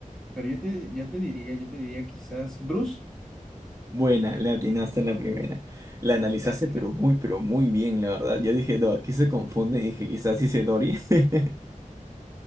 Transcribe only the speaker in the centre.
pero yo te, yo te diría, yo te diría quizás Bruce,
latina.